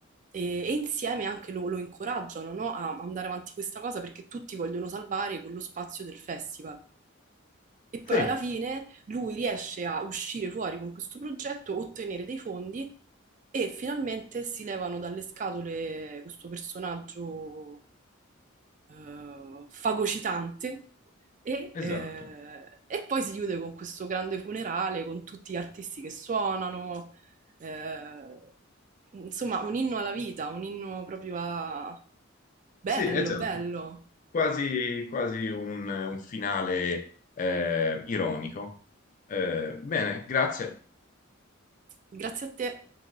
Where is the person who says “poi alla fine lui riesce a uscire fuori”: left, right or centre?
Right